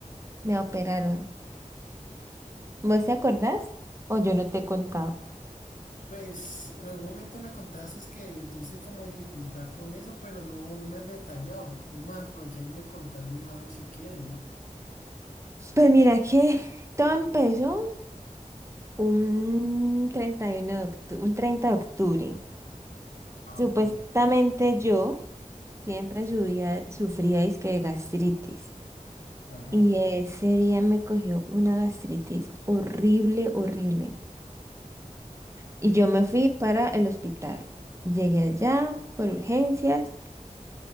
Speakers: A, on the right; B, on the left.
A: me operaron. ¿Vos te acordás? O yo no te he contado.
B: Pues en algún momento me contaste que tuviste como dificultad con eso, pero no, no me has detallado. Es más, aprovecha y me contás de una vez si quieres, ¿no?
A: Pues mira que todo empezó un treinta y uno de octu- un 30 de octubre.
B: Ah,
A: Supuestamente
B: ok.
A: yo siempre subía, sufría disque de gastritis.
B: Ajá.
A: Y ese día me cogió una gastritis horrible, horrible. Y yo me fui para el hospital. Llegué allá por urgencias